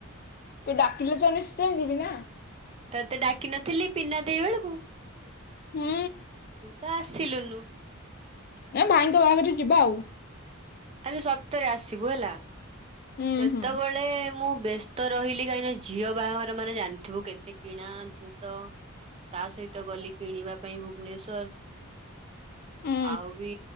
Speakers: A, on the left; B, on the right.
A: ତୁ ଡାକିଲେ ତ ନିଶ୍ଚୟ ଯିବି ନା।
B: ତତେ ଡାକି ନଥିଲି ପିନା ଦେଇ ବେଳକୁ ତୁ
A: ହୁଁ
B: ତ ଆସିଲୁନୁ।
A: ନା ଭାଇଙ୍କ ବାହାଘର ଯିବା ଆଉ।
B: ଆରେ ସତରେ ଆସିବୁ ହେଲା
A: ହୁଁ
B: ସେତେବେଳେ
A: ହୁଁ
B: ମୁଁ ବସ୍ତ। ତ ରହିଲି କାହିଁକି ଝିଅ ବାହାଘର ମାନେ ଜାଣିଥିବୁ କେତେ କିଣା ଜିନିଷ ତା ସହିତ ଗଲି କିଣିବା ପାଇଁ ଭୁବନେଶ୍ଵର।
A: ହୁଁ
B: ଆଉ ବି